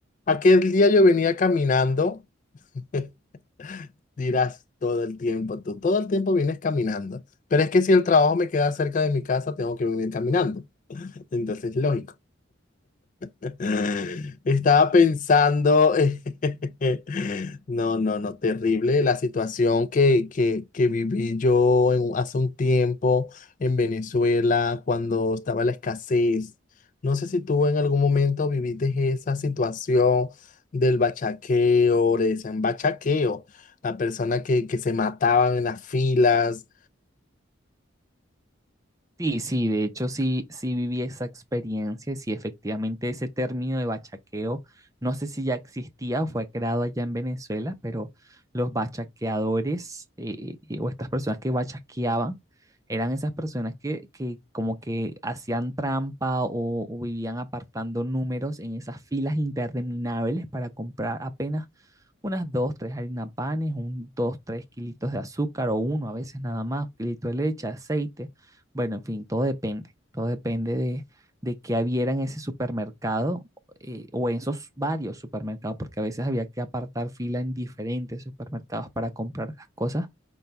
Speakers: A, on the left; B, on the right.
A: Aquel día yo venía caminando, <laughs> dirás todo el tiempo, tú todo el tiempo vienes caminando, pero es que si el trabajo me queda cerca de mi casa, tengo que venir caminando, entonces lógico. <laughs> Estaba pensando, <laughs> no, no, no, terrible la situación que, que, que viví yo en un- hace un tiempo en Venezuela cuando estaba la escasez. No sé si tú en algún momento viviste esa situación del bachaqueo, le decían bachaqueo, la persona que, que se mataban en las filas
B: Sí, sí, de hecho sí, sí viví esa experiencia y sí, efectivamente ese término de bachaqueo, no sé si ya existía o fue creado allá en Venezuela, pero los bachaqueadores eh, eh, o estas personas que bachaqueaban eran esas personas que, que como que hacían trampa o, o vivían apartando números en esas filas interminables para comprar apenas unas dos, tres harina panes, un dos, tres kilitos de azúcar o uno a veces nada más, un kilito de leche, aceite bueno, en fin, todo depende, todo depende de, de qué hubiera en ese supermercado eh, o en esos varios supermercados, porque a veces había que apartar fila en diferentes supermercados para comprar las cosas.